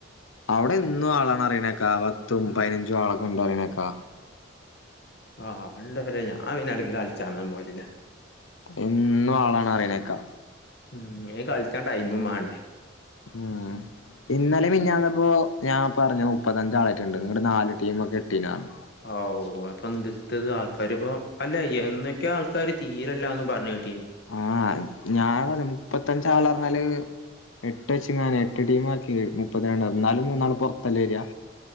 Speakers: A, on the left; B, on the left.
A: അവിടെന്നും ആളാണ് പറിണേക്കാ പത്തും പതിനഞ്ചും ആളൊക്കെ ഉണ്ട് പറിണേക്കാ
B: ആഹ് ഉണ്ടോ ലോ. ഞാൻ പിന്നെ അട്ക്ക് കളിച്ചാനൊന്നും പോയിട്ടില്ല
A: എന്നും ആളാണ് പറിണേക്കാ
B: ഉം അയ്ന് കൾച്ചാൻ ടൈമും മാണ്ടേ
A: ഉം ഇന്നലെ മിഞ്ഞാന്നപ്പോ ഞാൻ പറഞ്ഞ് മുപ്പത്തഞ്ച് ആളെറ്റണ്ട് നിങ്ങ നാല് ടീമ കിട്ടിയിലാനേ
B: ആവൂ ഇപ്പൊ ദത്തത് ആൾക്കാര് ഇപ്പ അല്ല എന്നൊക്കെ ആൾക്കാര് തീരെല്ലന്ന് പറഞ്ഞ് കേട്ടീന്ന്
A: ആഹ്‌ ഞാൻ പറ മുപ്പത്തഞ്ച് ആളെ പറഞ്ഞാലെ എട്ട് വെച്ച്ങ്ങാൻ എട്ട് ടീം ആക്കി മുപ്പത്തിരണ്ട് എന്നാലും മൂന്നാള് പുറത്തല്ലേ വരാ